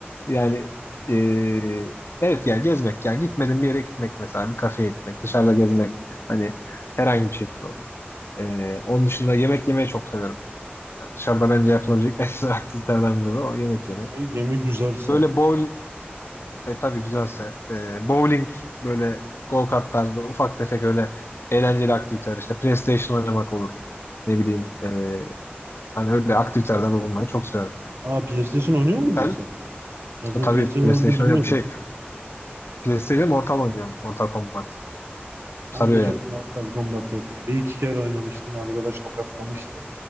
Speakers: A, on the left; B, on the right.
A: Yani ee, evet ya gezmek ya gitmedim bir yere gitmek mesela bir kafeye gitmek, dışarıda gezmek hani herhangi bir şekilde olur. Ee, onun dışında yemek yemeyi çok severim. Yani dışarıda bence yapılabilecek <laughs> en güzel aktivitelerden biri de o yemek yemek.
B: Ne gemi güzelse.
A: Böyle bol e tabii güzelse. E, bowling böyle go-kart tarzı ufak tefek öyle eğlenceli aktiviteler işte PlayStation oynamak olur. Ne bileyim e, hani öyle aktivitelerde bulunmayı çok severim.
B: Aa PlayStation oynuyor muydun
A: Sen
B: sen? Ben senin
A: E, tabii
B: PlayStation
A: PlayStation
B: oynadığını bilmiyordum.
A: oynuyorum. Şey PlayStation Mortal oynuyorum. Mortal Kombat. Sarıyor
B: Ben de çok
A: yani.
B: Mortal Kombat yok ki. Bir iki kere oynamıştım. Arkadaş tokatlamıştı.